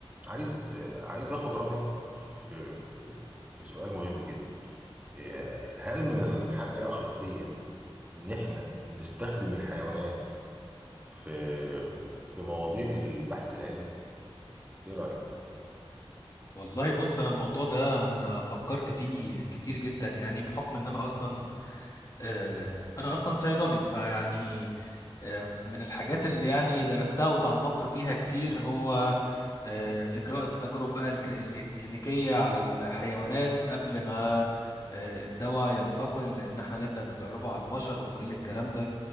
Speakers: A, on the right; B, on the left.
A: عايز آه، عايز آخد رأيك في في في سؤال مهم جدا آه، هل من الحاجة أخلاقية إن إحنا نستخدم الحيوانات في في مواضيع البحث العلمي ايه رأيك
B: والله بص انا الموضوع ده انا فكرت فيه كتير جدا يعني بحكم ان انا اصلا آه، انا اصلا صيدلي فيعني آه، من الحاجات اللي يعني درستها وتعمقت فيها كتير هو آه، اجراء التجارب بقى الك- الكلينيكية على الحيوانات قبل ما آه، الدواء ينتقل ان احنا نبدأ نجربه على البشر وكل الكلام ده